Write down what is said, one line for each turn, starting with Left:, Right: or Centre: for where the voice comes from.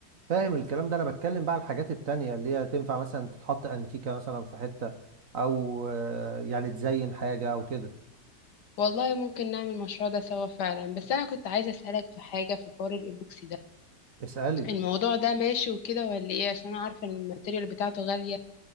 Right: فاهم الكلام ده انا بتكلم بقى على الحاجات التانية اللي هي تنفع مثلا تتحط انتيكة مثلا في حتة او آه، يعني تزين حاجة او كده
Left: والله ممكن نعمل المشروع ده سوا فعلا بس انا كنت عايزة اسألك في حاجة في حوار الايبوكسي ده
Right: اسألي
Left: الموضوع ده ماشي وكده ولا ايه عشان انا عارفه ان الماتيريال بتاعته غاليه